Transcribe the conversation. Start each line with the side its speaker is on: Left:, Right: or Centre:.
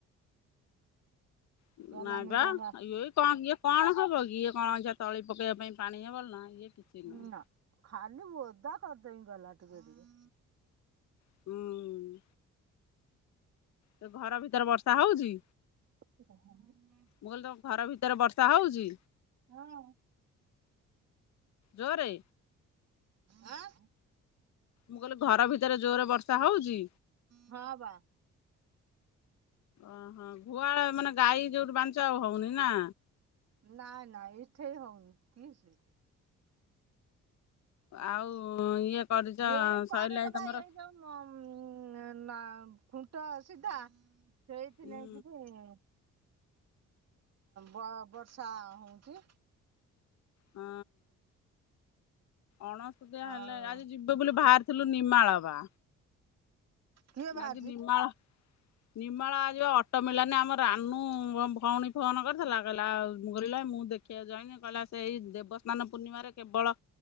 Left: ନାଇଁ
Right: ଗଲାନି
Left: ବା
Right: ପା ତଙ୍ଗା
Left: ଇଏ କଣ ଇଏ କଣ ହବ କି ଇଏ କଣ ତଳି ପକେଇବା ପାଇଁ ପାଣି ହବ ନା ଇଏ କିଛି
Right: ଉଁ
Left: ନୁହଁ।
Right: ନା ଖାଲି ଓଦା କରିଦେଇ ଗଲା ଟିକେ ଟିକେ।
Left: ହୁଁ। ସେ ଘର ଭିତରେ ବର୍ଷା ହଉଚି।
Right: <inaudible>
Left: ମୁଁ କହିଲି ତମ ଘର ଭିତରେ ବର୍ଷା ହଉଛି?
Right: ହଁ ଆଁ
Left: ଜୋରେ?
Right: ଆଁ?
Left: ମୁଁ କହିଲି ଘର ଭିତରେ ଜୋରେ ବର୍ଷା ହଉଛି?
Right: ହଁ ବା।
Left: ଓହୋ ଗୁହାଳେ ମାନେ ଗାଈ ଯୋଉଠି ବନ୍ଧିଛ ଆଉ ହଉନି ନା।
Right: ନାଇ ନାଇ ଇଠେଇ ହଉନି। କିଏ ସେ?
Left: ଆଉ ଇଏ କରିଛ
Right: ହୁଁ ଏଇ
Left: ସଇଲାଣି
Right: କରରେ
Left: ତମର
Right: ବା ଏଇ ଯୋଉ ଉଁ ନା ଖୁଣ୍ଟ ସିଧା ସେଇଥିନାଗି
Left: ହୁଁ
Right: ଯେ ବ-ବର୍ଷା ହଉଛି।
Left: ହଁ। ଅଣସୁଧିଆ ହେଲେ
Right: ଆଉ
Left: ଆଜି ଯିବ ବୋଲି ବାହାରିଥିଲୁ ନିମାଳ ବା।
Right: କିଏ ବାହାରିଛି?
Left: ଆଜି ନିମାଳ ନିର୍ମଳା ଆଜି ବା ଅଟୋ ମିଳିଲାନି ଆମ ରାନୁ ଭ ଭଉଣୀ ଫୋନ କରିଥିଲା କହିଲା ଆଉ ମୁଁ କହିଲି ଇଲୋ ଏଇ ମୁଁ ଦେଖ ବାକୁ ଯାଇନି କହିଲା ସେଇ ଦେବସ୍ନାନ ପୂର୍ଣ୍ଣିମାରେ କେବଳ